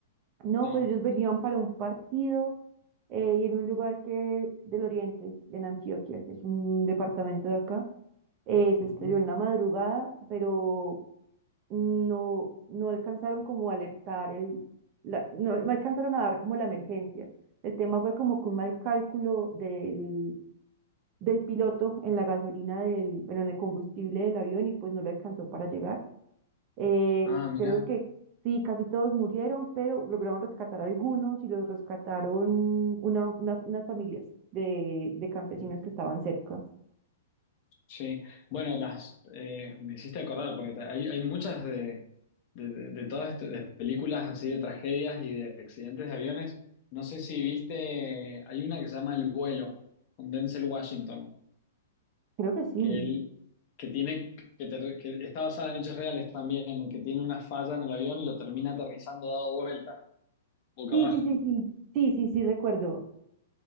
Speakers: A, on the right; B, on the left.
A: no,
B: No.
A: pues ellos venían para un partido eh, y en un lugar que del Oriente, en Antioquia, que es un departamento de acá, eh, se
B: Ujú.
A: estrelló en la madrugada, pero no, no alcanzaron como a alertar el, la- no, no alcanzaron a dar como la emergencia. El tema fue como que un mal cálculo del, del piloto en la gasolina del, bueno, en el combustible del avión y pues no lo alcanzó para llegar. Eh,
B: Ah, mirá.
A: creo que sí, casi todos murieron, pero lograron rescatar algunos y los rescataron una, una- unas familias de, de campesinos
B: Ujú.
A: que estaban cerca.
B: Sí, bueno, las eh, me hiciste acordar, porque hay, hay muchas de, de, de- de todas estas de películas así de tragedias y de accidentes de aviones. No sé si viste, hay una que se llama El vuelo, con Denzel Washington,
A: Creo que sí.
B: que él, que tiene, que, ter- que está basada en hechos reales también, que tiene una falla en el avión y lo termina aterrizando dado vuelta, boca
A: Sí,
B: abajo.
A: sí, sí, sí. Sí, sí, sí, recuerdo.